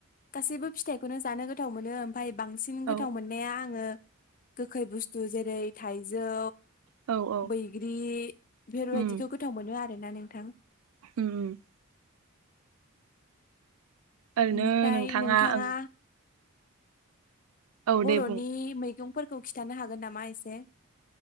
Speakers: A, on the left (about 40°); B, on the right (about 85°).
A: गासैबो फिथाइखौनो जानो गोथाव मोनो। ओमफाय बांसिन
B: औ
A: गोथाव मोननाया आङो गोखै बुस्थु जेरै थाइजौ
B: औ औ
A: बैग्रि बेफोरबायदिखौ
B: उम
A: गोथाव मोनो आरोना नोंथां
B: उम ओरैनो
A: ओमफ्राय नोंथाङा
B: ओं औ
A: बरनि
B: दे बुं
A: मैगंफोरखौ खिन्थानो हागोन नामा एसे?